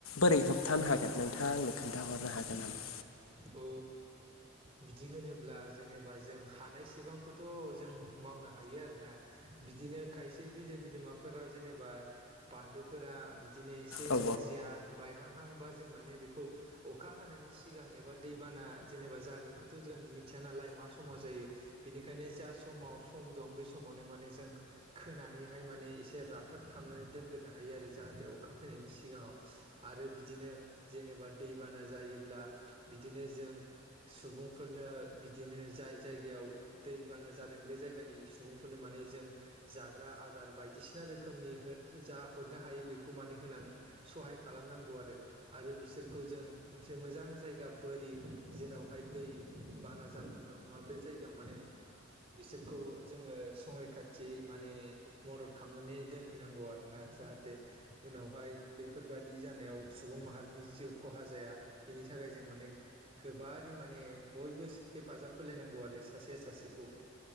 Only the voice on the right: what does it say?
औ। बिदि होनोब्ला जेनेबा जों हानायसेबांखौथ' जों मावनो हायो आरोना। बिदिनो खायसे बिलो बिलोमाफोराव जेनेबा बान्दोफोरा बि- दिनो एसे
नोरजिया बायहांहां बा जों माने बेखौ अखा हानायनि सिगां एबा दैबाना जेनेबा जागोनखौथ' जों मिथिया नालाय मा समाव जायो बेनिखायनो जा समाव सम दं बे समावनो माने जों खोनानैहाय माने एसे राफोद खालामनानै दोनग्रोनो हायो आरो जाहाथे अखा फैनायनि सिगाङाव आरो बिदिनो जेनेबा दैबाना जायोब्ला बिदिनो जों सुबुंफोरनो बिदिनो जाय जायगायाव दैबाना जादों बे जाय जायगानि सुबुंफोरनो माने जों जाग्रा आदार बायदिसिना रोखमनि हो जा हरनो हायो बेखौ माने होनानै सहाय खालामनांगौ आरो आरो बिसोरखौ जों मोनसे मोजां जायगा बोरि जेरावहाय दै बाना जाथावथाव नङा बे जायगायाव माने बिसोरखौ खौ जोङो संरैखाथियै माने मदद खालामनानै दोनहैनांगौ आरोना जाहाथे उनावहाय बेफोरबादि जानायाव सुबुं माहारिनि जिउ खहा जाया बेनि थाखाय जों माने गोबारै माने बयबो हेफाजाब होलायनांगौ आरो सासे सासेखौ